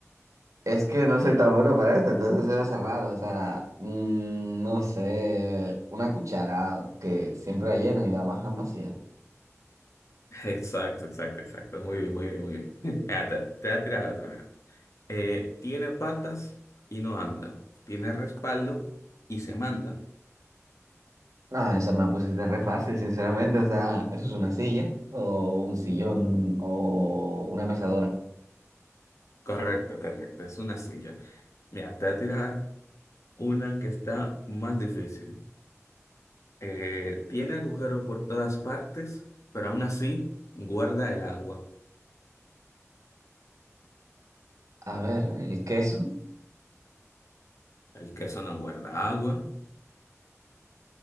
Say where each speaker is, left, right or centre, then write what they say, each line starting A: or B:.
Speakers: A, on the right; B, on the left.
A: Es que no soy tan bueno para esto, entonces se me hace raro. O sea, mm, no sé, una cuchara que siempre la llenan y la bajan vacía.
B: <laughs> Exacto, exacto, exacto. Muy bien, muy bien, muy bien. <laughs> Mira, te, te voy a tirar otra, mira. Eh, tiene patas y no anda. Tiene respaldo y se manda.
A: No, esa me la pusiste re fácil, sinceramente. O sea, eso es una silla, o un sillón, o una mecedora.
B: Correcto, correcto. Es una silla. Mira, te voy a tirar una que está más difícil. Eh, tiene agujero por todas partes, pero aún así guarda el agua.
A: A ver, el queso
B: El queso no guarda agua.